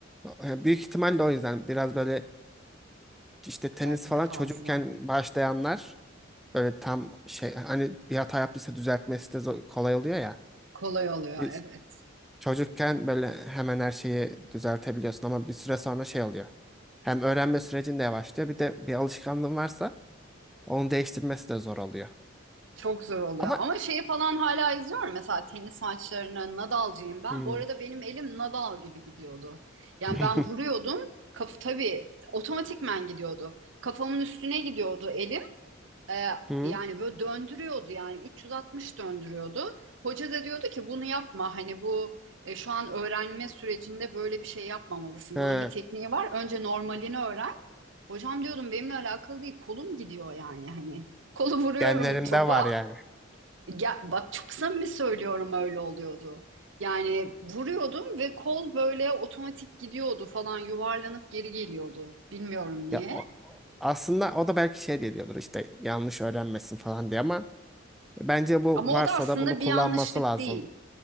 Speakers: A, in the centre; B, on the right (about 70°).
A: E, Büyük ihtimalle o yüzden biraz böyle işte tenis
B: belki
A: falan
B: de fazla.
A: çocukken başlayanlar böyle tam şey hani bir hata yaptıysa düzeltmesi de zor- kolay oluyor ya.
B: Kolay oluyor
A: E,
B: evet.
A: Çocukken böyle hemen her şeyi düzeltebiliyorsun ama bir süre sonra şey oluyor. Hem öğrenme sürecin de yavaşlıyor bir de bir alışkanlığın varsa onu değiştirmesi de zor oluyor.
B: Çok zor oluyor.
A: Ama
B: Ama şeyi falan hala izliyorum. Mesela tenis maçlarını Nadal'cıyım ben.
A: Hmm.
B: Bu arada benim elim Nadal gibi gidiyordu. Yani
A: <laughs>
B: ben vuruyordum. Kaf tabii otomatikmen gidiyordu. Kafamın üstüne gidiyordu elim. Ee,
A: Hı?
B: yani böyle döndürüyordu yani 360 döndürüyordu. Hoca da diyordu ki bunu yapma. Hani bu e, şu an öğrenme sürecinde böyle bir şey yapmamalısın.
A: He,
B: Bunun bir tekniği var. Önce normalini öğren. Hocam diyordum benimle alakalı değil. Kolum gidiyor yani hani. Kolu vuruyorum
A: genlerimde
B: topa
A: var yani.
B: ya bak çok samimi söylüyorum öyle oluyordu. Yani vuruyordum ve kol böyle otomatik gidiyordu falan yuvarlanıp geri geliyordu. Bilmiyorum niye.
A: Ya o- aslında o da belki şey diye diyordur işte yanlış öğrenmesin falan diye ama bence bu
B: Ama
A: varsa
B: o da aslında
A: da bunu kullanması
B: bir yanlışlık
A: lazım.
B: değil.